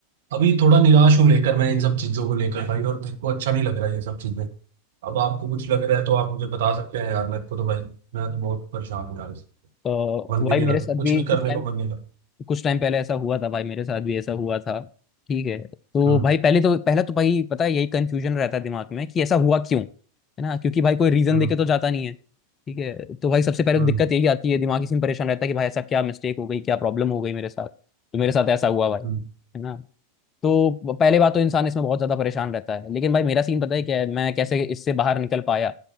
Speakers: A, on the right (about 55°); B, on the left (about 25°).
A: अभी थोड़ा निराश हूँ लेकर मैं इन सब चीज़ों को लेकर भाई और मेरे को अच्छा नहीं लग रहा है ये सब चीज़ें अब आपको कुछ लग रहा है तो आप मुझे बता सकते हैं यार मेरे को तो भाई मैं तो बहुत परेशान हूँ यार इससे
B: तो
A: मन भी
B: भाई
A: नहीं
B: मेरे
A: लग
B: साथ
A: रहा कुछ
B: भी
A: भी
B: कुछ
A: करने
B: टाइम
A: को मन नहीं लग रहा
B: कुछ टाइम पहले ऐसा हुआ था भाई मेरे साथ भी ऐसा हुआ था ठीक है तो
A: हम्म
B: भाई पहले तो पहला तो भाई पता है यही कंफ्यूजन रहता है दिमाग में कि ऐसा हुआ क्यों है ना क्योंकि भाई कोई रीजन
A: हम्म
B: देके तो जाता नहीं है ठीक है तो भाई सबसे पहले
A: हम्म
B: तो दिक्कत यही आती है दिमाग इसी में परेशान रहता है कि भाई ऐसा क्या मिस्टेक हो गई क्या प्रॉब्लम हो गई मेरे साथ तो मेरे साथ ऐसा हुआ भाई
A: हम्म,
B: है ना तो पहले बात तो इंसान इसमें बहुत ज्यादा परेशान रहता है लेकिन भाई मेरा सीन पता है क्या है मैं कैसे इससे बाहर निकल पाया